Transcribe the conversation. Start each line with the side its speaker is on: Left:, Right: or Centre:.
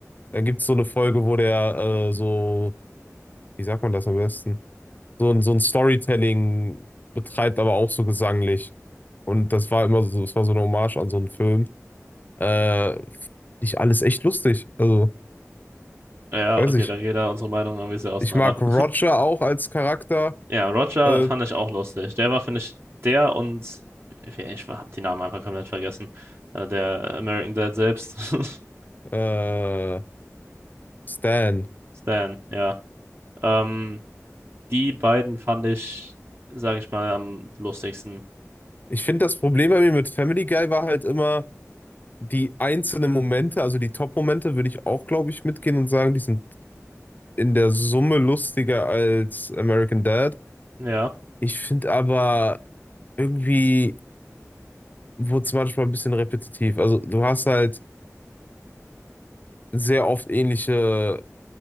Left: Dann gibt es so eine Folge, wo der äh, so, wie sagt man das am besten? So, ein- so ein Storytelling betreibt, aber auch so gesanglich. Und das war immer so, das war so eine Hommage an so einen Film. Äh, nicht alles echt lustig. Also,
Right: Ja,
Left: weiß
Right: okay,
Left: ich.
Right: da geht da unsere Meinung irgendwie sehr auseinander.
Left: Ich mag Roger auch als Charakter.
Right: Ja, Roger
Left: Äh,
Right: fand ich auch lustig. Der war, finde ich, der und ich, ich habe die Namen einfach komplett vergessen. Äh, Der American Dad selbst, <laughs>
Left: äh, Stan.
Right: Stan, ja. Ähm, die beiden fand ich, sage ich mal, am lustigsten.
Left: Ich finde, das Problem bei mir mit Family Guy war halt immer die einzelnen Momente, also die Top-Momente würde ich auch, glaube ich, mitgehen und sagen, die sind in der Summe lustiger als American Dad.
Right: Ja,
Left: Ich finde aber irgendwie wurde es manchmal ein bisschen repetitiv. Also du hast halt sehr oft ähnliche,